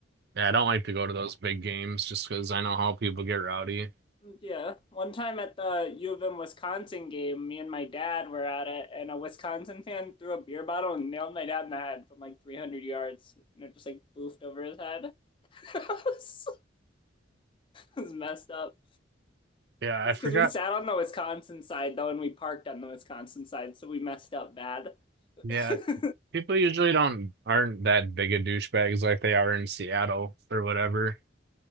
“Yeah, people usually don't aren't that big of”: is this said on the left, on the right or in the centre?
Right